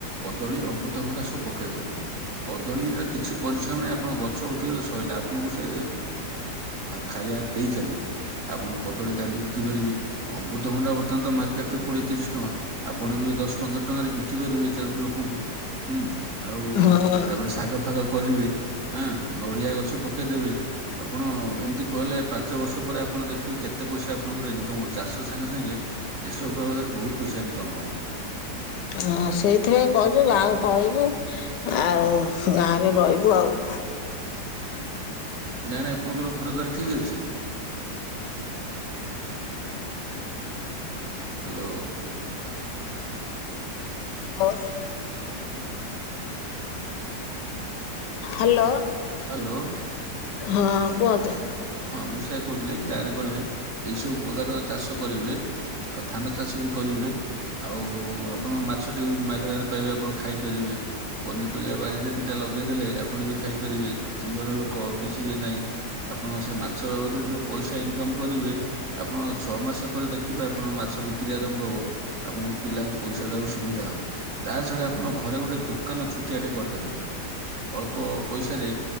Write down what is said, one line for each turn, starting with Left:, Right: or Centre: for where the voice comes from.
Right: କଦଳୀ ଅମୃତଭଣ୍ଡା ସବୁ ପକେଇଦେବେ କଦଳୀର କିଛି ପରିଶ୍ରମ ନାହିଁ ଆପଣଙ୍କ ଗଛ ଉଠିଗଲେ ସରଲା ଆପଣଙ୍କୁ ସେ ଖାଇବା ଦେଇ ଚାଲିବ ଆପଣ କଦଳୀ କାନ୍ଦି ବିକି ପାରିବେ ଅମୃତଭଣ୍ଡା ବର୍ତ୍ତମାନ ତ ମାର୍କେଟ ରେ କୋଡିଏ ତିରିଶ ଟଙ୍କା ଆପଣ ବି ଦଶ ପନ୍ଦର ଟଙ୍କାରେ ବିକି ପାରିବେ ଲୋକଙ୍କୁ ହୁଁ ଆଉ
Left: ହଁ
Right: ତାପରେ ଶାଗ ଫାଗ କରିବେ ହଁ ନଡ଼ିଆ ଗଛ ପକେଇଦେବେ ଆପଣ ଏମିତି କହିଲେ ପାଞ୍ଚ ବର୍ଷ ପରେ ଆପଣ ଦେଖିବେ କେତେ ପଇସା ଆପଣଙ୍କର ଏଣ ତ ଚାଷ ସାଙ୍ଗେ ସାଙ୍ଗେ ଏସବୁ ବାବଦରେ ବହୁତ ପଇସାି କମା
Left: ହଁ ସେଇଥିପାଇଁ କ ଗାଁକୁ ପଳେଇବୁ ଆଉ ଗାଁରେ ରହିବୁ ଆଉ
Right: ଗାାଇଁ ନାଁ ଆପଣଙ୍କର ଘର ଦ୍ୱାର ଠିକ୍ ଅଛି ହ୍ୟାଲୋ
Left: ହଁ ହ୍ୟାଲୋ
Right: ହ୍ୟାଲୋ
Left: ହଁ କୁହନ୍ତ
Right: ହଁ ମୁଁ ସେଆ କହୁଥିଲି ଗାଁରେ ଗଲେ ଏଇ ସବୁ ପ୍ରକାର ଚାଷ କରିବେ ଆଉ ଧାନ ଚାଷ ବି କରିବେ ଆଉ ଆପଣ ଗଛଟି ମାଗଣାରେ ପାଇବେ ଆପଣ ଖାଇପାରିବେ ପନିପରିବା ବାଣିରେ ଦି ଏଟା ଲଗେଇଦେଲେ ଆପଣ ବି ଖାଇପାରିବେ ଦି ଜଣ ଲୋକ ବେଶୀ ଇଏ ନାହିଁ ଆପଣ ସେ ମାଛ ବାବଦରେ ଯୋଉ ପଇସା ଇନକମ କରିବେ ଆପଣ ଛଅ ମାସ ପରେ ଦେଖିବେ ଆପଣ ମାଛ ବିକ୍ରି ଆରମ୍ଭ ହବ ଆପଣ ପିଲାଙ୍କୁ ପଇସା ଦବାକୁ ସୁବିଧା ହବ ତା ଛଡା ଆପଣଙ୍କ ଘରେ ଗୋଟେ ଦୁଖ ଦୋକାନ ଛୋଟିଆଟେ କରିଦେବେ ଅଳ୍ପ ପଇସାରେ